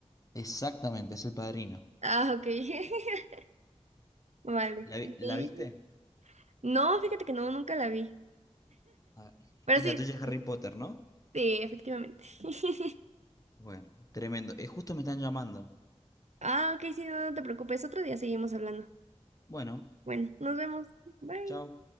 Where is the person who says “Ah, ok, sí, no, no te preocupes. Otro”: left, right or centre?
Right